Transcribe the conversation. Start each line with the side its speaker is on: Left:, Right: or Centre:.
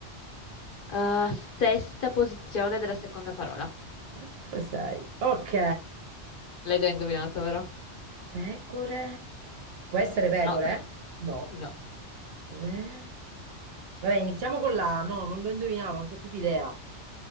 Left: Eh, sesta posizione della seconda parola.
Right: 4, 6. Ok,
Left: L'hai già indovinato, vero?
Right: pecore. Può essere pecore?
Left: No,
Right: No.
Left: no.
Right: Re. Vabbè, iniziamo con la A. No, non l'ho indovinato, non ho proprio idea.